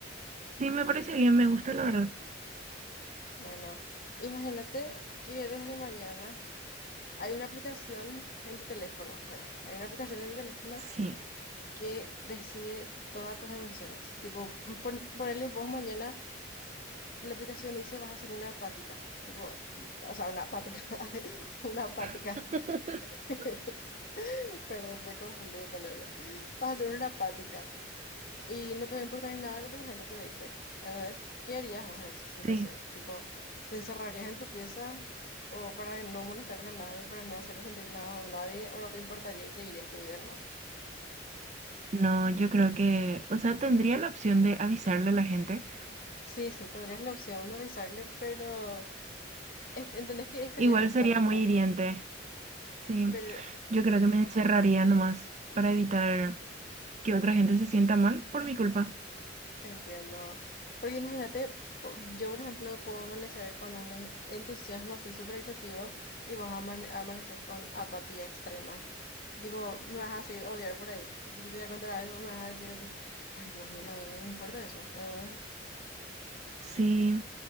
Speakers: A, on the right; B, on the left.
A: Sí, me parece bien, me gusta la verdad.
B: Bueno, imagínate que desde mañana hay una aplicación en tu teléfono, ¿verdad? Hay una aplicación en tu teléfono
A: Sí,
B: que decide todas tus emociones. Tipo, pon- ponerle vos mañana la aplicación dice vas a hacer una hepática, tipo, o sea, una hepática, <laughs> una hepática.
A: <laughs>
B: <laughs> Perdón, me confundí de palabra. Vas a hacer una apática y no te va a importar nada lo que la gente te dice. Entonces, ¿qué harías vos en esa situación?
A: sí.
B: Tipo, ¿te encerrarías en tu pieza o para no molestarle a nadie, para no hacerle sentir nada a nadie, o no te importaría y seguirías tu vida nomás?
A: No, yo creo que, o sea, tendría la opción de avisarle a la gente.
B: Sí, sí, tendrías la opción de avisarle, pero est- entendés que estarías
A: Igual
B: apática,
A: sería muy hiriente. Sí,
B: pero
A: yo creo que me encerraría nomás para evitar que otra gente se sienta mal por mi culpa.
B: Entiendo. Porque imagínate, po- yo por ejemplo puedo amanecer con un e- entusiasmo así súper excesivo y vos amane- amaneces con apatía extrema. Tipo, me vas a así odiar por ahí. Tipo, yo te voy a contar algo, me vas a decir así, ay Dios mío, nadie no importa eso. Ah,
A: Sí,